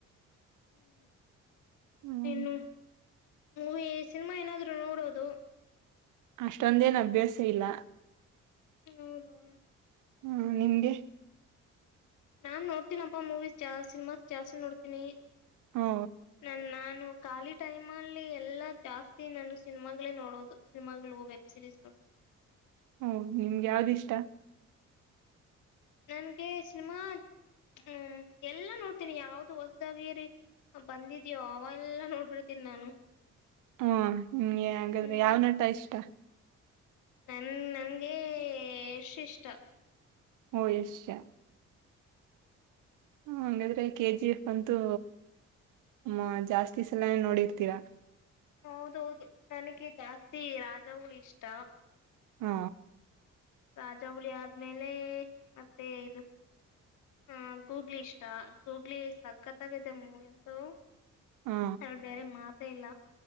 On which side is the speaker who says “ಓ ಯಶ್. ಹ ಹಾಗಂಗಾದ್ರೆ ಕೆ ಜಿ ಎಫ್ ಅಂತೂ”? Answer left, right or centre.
Right